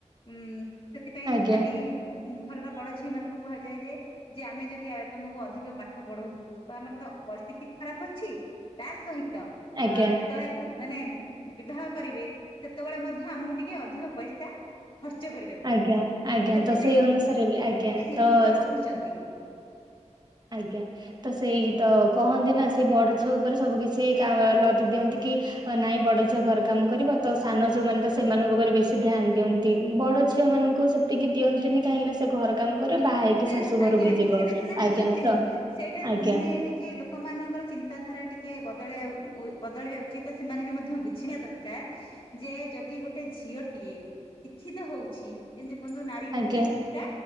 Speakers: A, on the left (about 45°); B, on the right (about 35°).
A: ଉଁ ସେଥିପାଇଁ
B: ଆଜ୍ଞା
A: ଖାଲି ଉଁ ଘରର ବଡ ଝିଅ ମାନଙ୍କୁ କୁହାଯାଏ ଯେ ଯେ ଆମେ ଯଦି ଆଏ ତମକୁ ଅଧିକ ପାଠ ପଢଉଛୁ, ବା ଆମର ତ ପରିସ୍ଥିତି ଖରାପ ଅଛି ତା ସହିତ
B: ଆଜ୍ଞା
A: ଆ ଯେତେବେଳେ ମାନେ ବିବାହ କରିବେ, ସେତେବେଳେ ମଧ୍ୟ ଧ୍ୟା ଆମକୁ ଟିକେ ଅଧିକ ପଇସା ଖର୍ଚ୍ଚ କରିବାକୁ
B: ଆଜ୍ଞା
A: ପଡିଥାଏ।
B: ଆଜ୍ଞା
A: ସେଥିପାଇଁ
B: ତ ସେଇ ଅନୁସାରେ ବି ଆଜ୍ଞା
A: ଟିକେ ନିବୃତ
B: ତ
A: ରହୁଛନ୍ତି।
B: ଆଜ୍ଞା। ତ ସେଇ ତ କହନ୍ତି ନା, ସେଇ ବଡ ଝିଅ ଉପରେ ସବୁ କିଛି କାଁ ଲଦି ଦିଅନ୍ତି କି ନାଇଁ ବଡ ଝିଆ ଘର କାମ କରିବ ତ, ସାନ ଯୋଉମାନେ ତ ସେମାନଙ୍କ ଉପରେ ବେଶୀ ଧ୍ୟାନ ଦିଅନ୍ତି। ତିବି ବଡ ଝିଅ ମାନଙ୍କୁ ସେତିକି ଦିଅନ୍ତିନି, କାହିଁକି ନା ସେ ଘର କାମ କରିବ, ବାହା ହେଇକି
A: ସେ
B: ଶାଶୁ
A: ଆଜ୍ଞା
B: ଘରକୁ
A: ଆଜ୍ଞା
B: ଯିବ
A: ସେଇଟା ସିନା
B: ଆଜ୍ଞା।
A: ଦିଅନ୍ତିନି
B: ତ
A: ସେଇଟା
B: ଆଜ୍ଞା
A: ମାନେ ଏଟିକେ ଲୋକମାନଙ୍କର ଚିନ୍ତାଧାରା ଟିକେ ବଦଳେବା ଉ ବ ଉ ବଦଳିବା ଉଚିତ, ବା ସେମାନେ ବି ମଧ୍ୟ ବୁଝିବା ଦରକା କାର, ଯେ ଯଦି ଗୋଟେ ଝିଅଟିଏ ଶିକ୍ଷିତ ହଉଛି ଯେମିତି କୁହନ୍ତୁ, ନାରୀ ହଉଛି
B: ଆଜ୍ଞା
A: ଦୁହିତା